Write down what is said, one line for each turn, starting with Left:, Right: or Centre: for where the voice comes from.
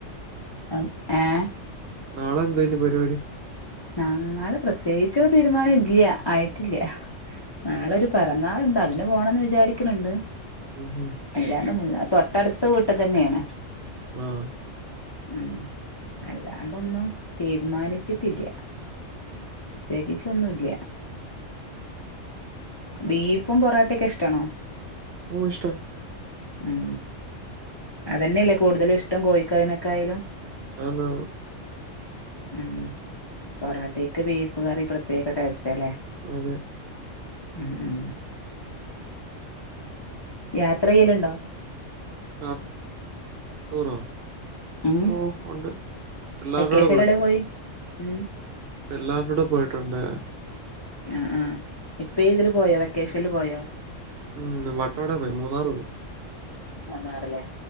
Left: അം ഏ
Right: നാളെ എന്തെയ്നു പരിവാടി
Left: ആ നാളെ പ്രത്യേകിച്ച് ഒര് തീരുമാനം ഇല്യ ആയിട്ട് ല്ല്യ നാളൊരു പെറന്നാള്ണ്ട് അതിന് പോണംന്ന് വിചാരിക്ക്ണ് ണ്ട്
Right: ഉം ഉം
Left: അല്ലാണ്ടൊന്നുല്ല തൊട്ടടുത്ത വീട്ട് തന്നെയാണ്
Right: ആഹ്
Left: ഉം അല്ലാണ്ടൊന്നും തീരുമാനിച്ചിട്ടില്ല്യ പ്രത്യേകിച്ചൊന്നും ല്ല്യാ ബീഫും പൊറാട്ടെക്കെ ഇഷ്ടാണോ?
Right: ഓ ഇഷ്ട്ടാണ്
Left: ഉം അതന്നെയല്ലേ കൂടുതലിഷ്ടം കോയിക്കറിനെക്കായ്ലും
Right: ആന്ന് ആന്ന്
Left: ഉം പൊറാട്ടീക്ക് ബീഫ് കറി പ്രത്യേക ടേസ്റ്റാ ലേ
Right: അതെ
Left: ഉം ഉം യാത്ര യ്യലുണ്ടോ
Right: യാത് ടൂറോ
Left: ഉം
Right: ഓ ഉണ്ട് പിള്ളാരൂടെ
Left: വെക്കേഷനിൽ
Right: പോയിട്ടുണ്ട്
Left: എവിടെ പോയി ഉം
Right: പിള്ളാരുടെ പോയിട്ടുണ്ട്
Left: ആ ആ ഇപ്പ ഈ തില് പോയോ വെക്കേഷൻല് പോയോ?
Right: ഉം വട്ടവട പോയിര്ന്ന് മൂന്നാറ് പോയി
Left: മൂന്നാറ് ല്ലേ